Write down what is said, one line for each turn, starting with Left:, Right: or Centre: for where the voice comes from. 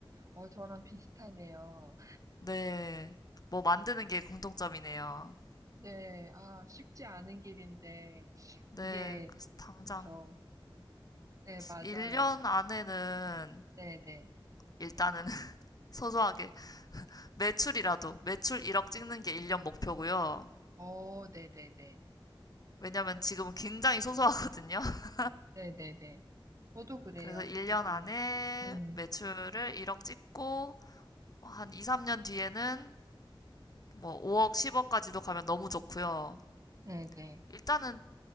Right: 어, 저랑 비슷하네요.
Left: 네. 뭐 만드는 게 공통점이네요.
Right: 네, 아, 쉽지 않은 길인데,
Left: 네.
Right: 이게,
Left: 그래서 당장
Right: 그쵸. 네, 맞아요.
Left: 1년 안에는
Right: 네네.
Left: 일단은 <laughs> 소소하게 매출이라도 매출 1억 찍는 게 1년 목표고요.
Right: 어, 네네네.
Left: 왜냐면 지금은 굉장히 소소하거든요. <laughs>
Right: 네네네. 저도 그래요.
Left: 그래서 1년
Right: 저도.
Left: 안에
Right: 음,
Left: 매출을 1억 찍고 한 2, 3년 뒤에는 뭐 5억, 10억까지도 가면 너무 좋고요.
Right: 네네.
Left: 일단은